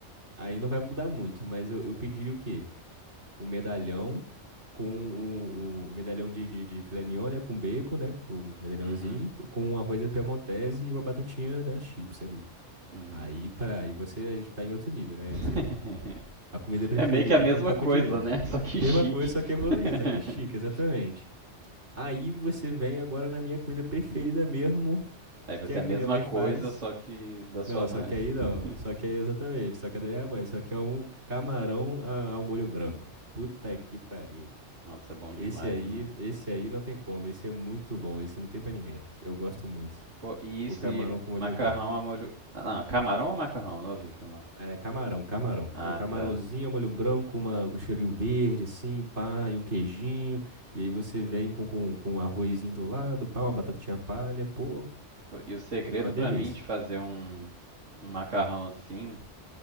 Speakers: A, on the right; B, on the right.
A: Aí não vai mudar muito, mas eu, eu pediria o quê? Um medalhão com o, o medalhão de, de, de filé mignon, né? Com bacon, né? O medalhãozinho,
B: Uhum,
A: com um arroz à piemontese e uma batatinha, né? Chips ali.
B: uhum.
A: Aí, para aí você, a gente tá em outro nível, né?
B: <laughs>
A: Isso é a comida preferida
B: É meio que a mesma
A: é quando tá
B: coisa,
A: com dinheiro.
B: né, só que
A: Mesma
B: chique.
A: coisa, só
B: <laughs>
A: que evoluído, só que chique, exatamente. Aí você vem agora na minha comida preferida mesmo,
B: Aí vai
A: que
B: ser
A: é a
B: a
A: que
B: mesma
A: minha mãe
B: coisa,
A: faz.
B: só que da sua
A: Não,
B: mãe.
A: só que aí
B: <laughs>
A: não. Só que aí exatamente. Só que daí é a mãe. Só que é um camarão a- ao molho branco. Puta que pariu.
B: Nossa, é bom demais,
A: Esse aí,
B: né?
A: esse aí não tem como. Esse é muito bom. Esse não tem pra ninguém. Eu gosto muito.
B: Pô, e,
A: O
B: isso,
A: camarão
B: e
A: com molho
B: macarrão
A: branco.
B: a molho... Ah, não, camarão ou macarrão? Não ouvi, foi mal.
A: É camarão, camarão.
B: Ah,
A: É um camarãozinho,
B: tá.
A: ao molho branco, uma, com cheirinho verde, assim, pá, e um queijinho. E aí você vem com, com, com um arrozinho do lado, pá, uma batatinha palha. Pô,
B: E o segredo
A: fica uma delícia.
B: pra mim de fazer um, um macarrão assim,